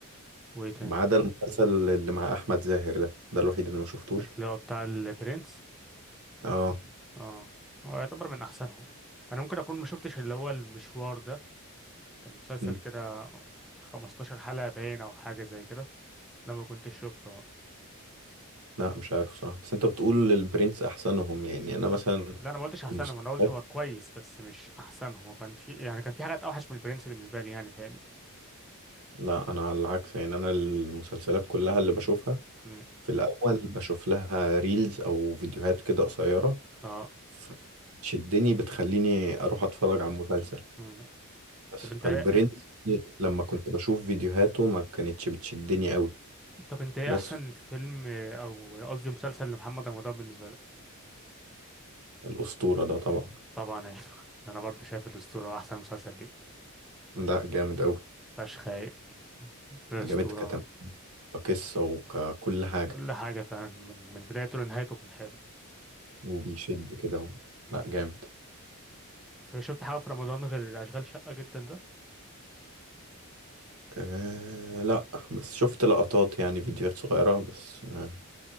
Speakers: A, in the centre; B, on the right.
A: وايه تاني
B: ما عدا المسلسل اللي مع أحمد زاهر ده ده الوحيد اللي ما شفتوش
A: اللي هو بتاع البرنس
B: اه
A: اه هو يعتبر من احسنهم انا ممكن اكون ما شفتش اللي هو المشوار ده كان مسلسل
B: مم.
A: كده 15 حلقة باين او حاجة زي كده ده ما كنتش شفته
B: لا مش عارف صراحة بس انت بتقول البرنس احسنهم يعني انا مثلا
A: لا انا ما قلتش احسنهم
B: المسلسلات
A: انا قلت هو كويس بس مش احسنهم وكان في يعني كان في حاجات اوحش من البرنس بالنسبة لي يعني فاهمني
B: لا انا على العكس يعني انا المسلسلات كلها اللي بشوفها
A: امم
B: في الاول بشوف لها ريلز او فيديوهات كده قصيرة
A: اه
B: فتشدني بتخليني اروح اتفرج على مسلسل
A: امم
B: بس
A: طب انت
B: فالبرنس
A: إيه،
B: لما كنت بشوف فيديوهاته ما كانتش بتشدني قوي
A: طب انت ايه
B: بس
A: احسن فيلم او قصدي مسلسل لمحمد رمضان بالنسبة لك
B: الاسطورة ده طبعا
A: طبعا <laughs> انا برضه شايف الاسطورة احسن مسلسل ليه
B: لا جامد قوي
A: فشخ هايل أسطورة
B: جامد كتم كقصة وككل حاجة
A: كل حاجة فعلا من, من بدايته لنهايته كان حلو
B: وبيشد كده و...
A: مم.
B: لا جامد
A: فشفت حاجة في رمضان غير أشغال شقة جدا ده
B: أه لا بس شفت لقطات يعني فيديوهات صغيرة بس أه